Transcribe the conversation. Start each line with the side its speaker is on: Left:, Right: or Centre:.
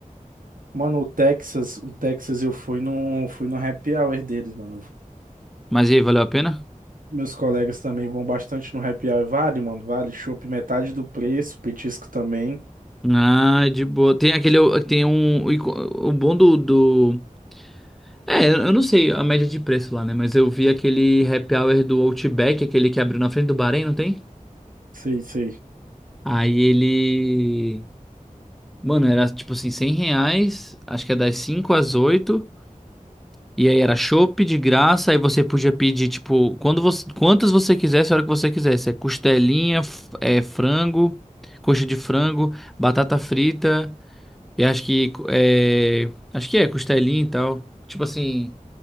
Right: Mano, o Texas, o Texas eu fui no, fui no happy hour deles, mano.
Centre: Mas e aí, valeu a pena?
Right: Meus colegas também vão bastante no happy hour. Vale, mano, vale. Chopp metade do preço, petisco também.
Centre: Ah, de boa. Tem aquele, tem um, o ico- o bom do, do... É, eu não sei a média de preço lá, né? Mas eu vi aquele happy hour do Outback, aquele que abriu na frente do Bahrein, não tem?
Right: Sei, sei.
Centre: Aí ele... Mano, era tipo assim, 100 reais, acho que é das 5 às oito E aí era chopp de graça, aí você podia pedir, tipo, quando você, quantas você quisesse, a hora que você quisesse. É costelinha, f- é frango, coxa de frango, batata frita, e acho que é, acho que é costelinha e tal. Tipo assim,